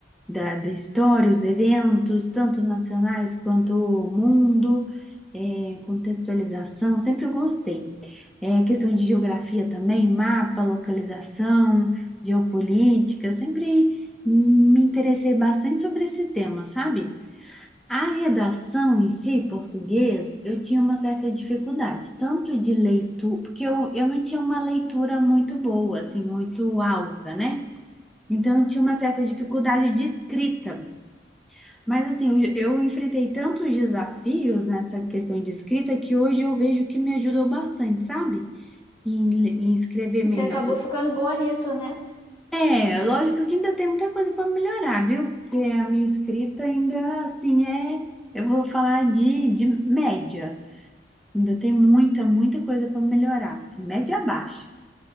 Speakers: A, in the centre; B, on the left (about 30°).
A: da, da história, os eventos, tanto nacionais quanto o mundo, é, contextualização, sempre gostei. É, questão de geografia também, mapa, localização, geopolítica, sempre me interessei bastante sobre esse tema, sabe? A redação em si, português, eu tinha uma certa dificuldade, tanto de leitura, porque eu, eu não tinha uma leitura muito boa, assim, muito alta, né? Então, eu tinha uma certa dificuldade de escrita. Mas, assim, eu, eu enfrentei tantos desafios nessa questão de escrita que hoje eu vejo que me ajudou bastante, sabe? Em, le- em escrever
B: Você
A: melhor.
B: acabou ficando boa nisso, né?
A: É, lógico que ainda tem muita coisa para melhorar, viu? Porque a minha escrita ainda, assim, é, eu vou falar de, de média. Ainda tem muita, muita coisa para melhorar, assim, média baixa.